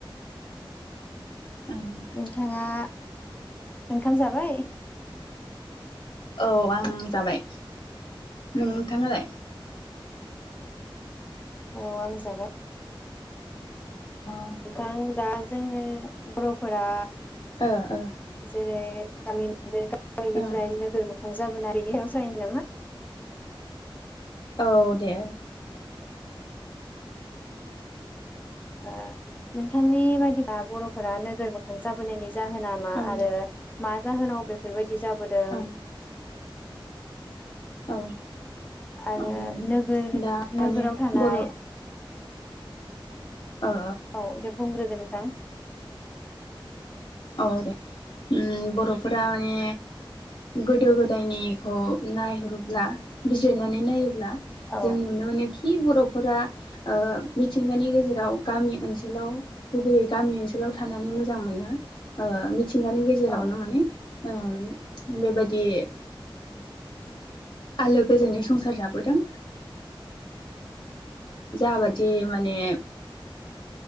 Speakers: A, on the left (about 55°); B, on the left (about 20°).
A: औ
B: नोंथांङा ओंखाम जाबाय
A: औ आं जाबाय नोंथांङालाय
B: औ आं जाबाय
A: अ
B: ओनथां दा जोङो बर'फोरा
A: ओ ओ
B: जेरै तामिन गामिनिफ्राय
A: ओं
B: नोगोर मोखां जाबोना बेनि सायनो नामा
A: औ दे
B: ओ नोंथांनि बायदिब्लाा बर'फोरा नोगोर बोखां जाबोनायनि जाहोना मा
A: ओं
B: आरो मा जाहोनाव बेफोरबायदि बिदि जाबोदों।
A: ओं औ।
B: आरो
A: ओं
B: नोगोर
A: दा माने
B: नोगोराव थानाय
A: बर' ओ
B: औ दे बुंग्रोगोन नों। <inaudible>
A: औ दे बर'फोरा माने गोदो गोदायनिखौ नायहरोब्ला बिजिरनानै नायोब्ला।
B: औ
A: जों नुनो मोनोखि खि बर'फोरा मिथिंगानि गेजेराव गामि ओनसोलाव गुबैयै गामि ओनसोलाव थानानै मोजां मोनो। ओ मिथि। मिथिंगानि गेजेरावनो
B: औ
A: माने बेबायादि आलो गोजोनै संसार जाबोदों जाबादि माने